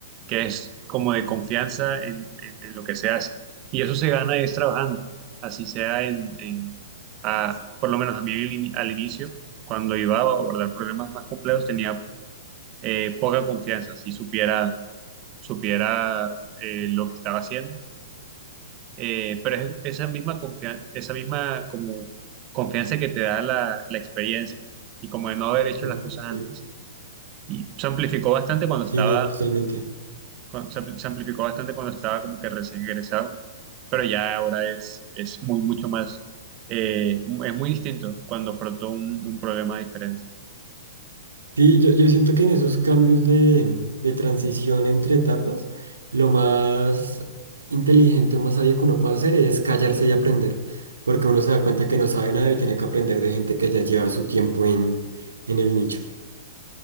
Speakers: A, on the right; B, on the right.
A: que es como de confianza en, en- en lo que se hace. Y eso se gana es trabajando, así sea en, en- a- por lo menos a mí al ini- al inicio, cuando iba a abordar problemas más complejos, tenía eh, poca confianza, si supiera, supiera eh, lo que estaba haciendo. Eh, pero es esa misma confianza, esa misma como confianza que te da la, la experiencia y como de no haber hecho
B: Ujú.
A: las cosas
B: Sí,
A: antes. Y se amplificó bastante cuando
B: sí,
A: estaba,
B: no, totalmente.
A: cuan- se ampli- se amplificó bastante cuando estaba como que recién egresado, pero ya ahora es, es muy, mucho más, eh, mu- es muy distinto cuando afrontó un, un problema diferente.
B: Sí, yo, yo siento que en esos cambios de, de transición entre etapas, lo más inteligente o más sabio que uno puede hacer es callarse y aprender, porque uno se da cuenta que no sabe nada y tiene que aprender de gente que ya lleva su tiempo en, en el nicho.